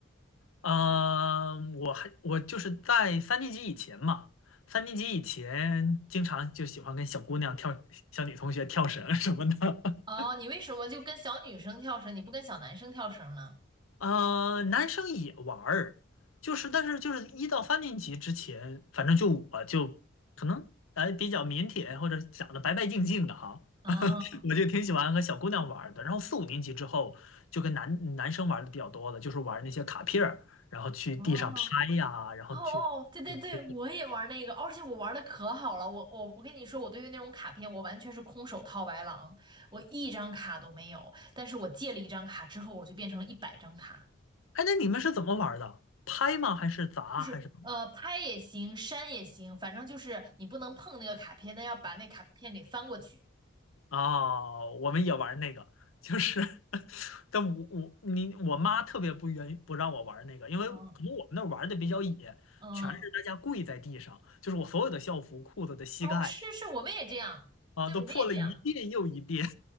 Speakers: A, on the left; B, on the right.
A: 啊、我还我就是在三年级以前嘛，三年级以前经常就喜欢跟小姑娘跳，小女同学跳绳什么的。
B: 哦，
A: <laughs>
B: 你为什么就跟小女生跳绳，你不跟小男生跳绳呢？
A: 呃，男生也玩儿，就是但是就是一到三年级之前，反正就我就可能哎比较腼腆或者长得白白净净的哈，
B: 哦
A: <laughs> 我就挺喜欢和小姑娘玩儿的。然后四五年级之后，就跟男男生玩的比较多了，就是玩那些卡片儿，然后去地上拍呀，
B: 哦
A: 然后去，
B: 哦哦，对对对，
A: 去去
B: 我也玩那个，而且我玩的可好了。我我我跟你说，我对于那种卡片，我完全是空手套白狼，我一张卡都没有。但是我借了一张卡之后，我就变成了一百张卡。
A: 哎，那你们是怎么玩儿的？拍吗？还是砸？
B: 是，
A: 还是怎么？
B: 呃，拍也行，删也行，反正就是你不能碰那个卡片，但要把那卡片给翻过去。
A: 哦，我们也玩那个，就是 <laughs> 但我我你我妈特别不愿意不让我玩那个，因为可能我们那儿玩的比较野，
B: 嗯嗯，
A: 全是大家跪在地上，就是我所有的校服、裤子的膝盖
B: 哦，是是，我们也这样，
A: 啊都破了一遍又一遍
B: 对，我们也这样。